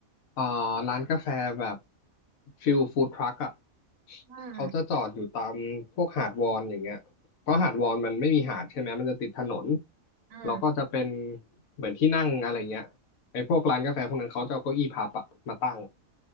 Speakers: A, on the left; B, on the right.
A: เอ่อร้านกาแฟแบบฟิลฟู้ดทรัคอะ
B: อืม
A: เขาจะจอดอยู่ตามพวกหาดวอนอย่างเงี้ยเพราะหาดวอนมันไม่มีหาดใช่ไหมมันจะติดถนน
B: อืม
A: แล้วก็จะเป็นเหมือนที่นั่งอะไรเงี้ยไอ้พวกร้านกาแฟพวกนั้นเขาจะเอาเก้าอี้พับอะมาตั้ง